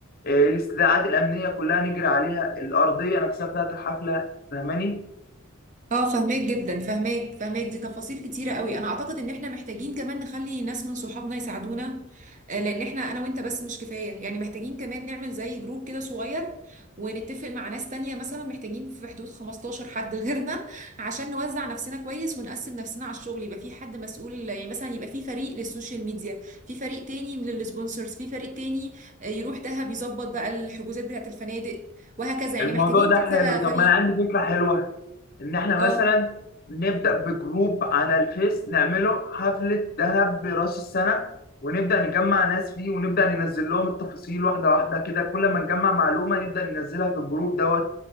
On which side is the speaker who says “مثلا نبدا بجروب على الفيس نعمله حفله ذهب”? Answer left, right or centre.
Left